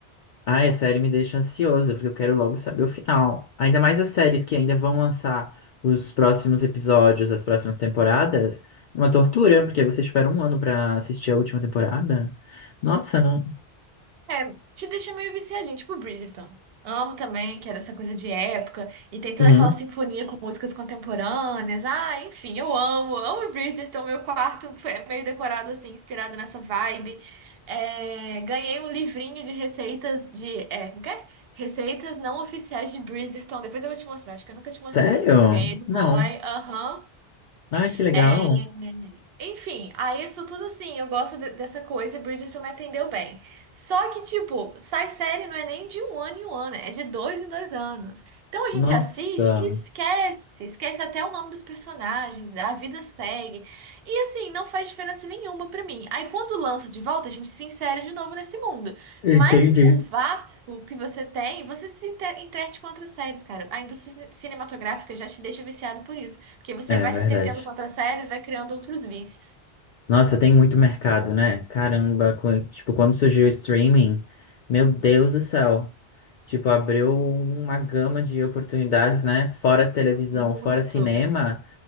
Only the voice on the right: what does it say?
É, te deixa meio viciadinho, tipo Bridgerton. Amo também, que é dessa coisa de época, e tem toda
aquela sinfonia com músicas contemporâneas. Ah, enfim, eu amo, amo Bridgerton. Meu quarto foi é meio decorado assim, inspirado nessa vibe. É, ganhei um livrinho de receitas de. É, como que é? Receitas não oficiais de Bridgerton. Depois eu vou te mostrar, acho que eu nunca te mostrei.
Ganhei do boy,
aham.
É, Enfim, aí isso tudo assim, eu gosto de- dessa coisa e Bridgerton me atendeu bem. Só que, tipo, sai série não é nem de um ano em um ano, é de dois em dois anos. Então a gente
assiste e esquece, esquece até o nome dos personagens, a vida segue. E assim, não faz diferença nenhuma pra mim. Aí quando lança de volta, a gente se insere de novo nesse mundo.
Mas o vácuo que você tem, você se inte- entrete com outras séries, cara. A indústria cine- cinematográfica já te deixa viciado por isso. Porque você
vai
se entretendo com outras séries, vai criando outros vícios.
Muito,